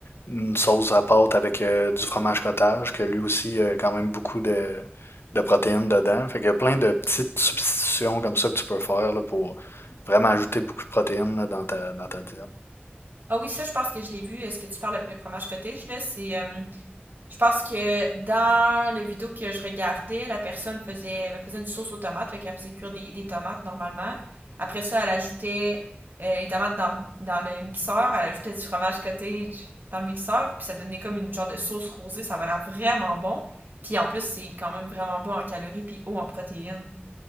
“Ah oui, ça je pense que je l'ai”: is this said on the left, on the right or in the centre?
Right